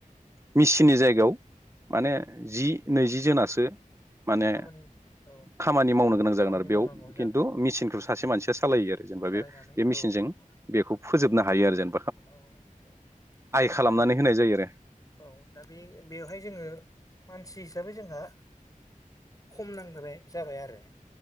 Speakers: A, on the right; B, on the left.
A: मिसिननि जायगायाव माने जि नैजि जोनासो माने
B: खामानि औ
A: खामानि मावनो गोनां जागोन
B: खामानि
A: आरो बेयाव
B: मावनांगौ
A: खिन्थु
B: जा औ
A: मेसिनखौ से मानसिया सालायो आरो जेनेबा
B: सालायनानै
A: बे मेसिनजों
B: औ बेखौ
A: बेखौ फोजोबनो हायो आरो जेन
B: औ औ
A: खालामनानै
B: दा
A: होनाय जायो आरो
B: औ दा बे बेवहाय जोङो मानसि दा बे जोंहा खम नांहोबाय जाबाय आरो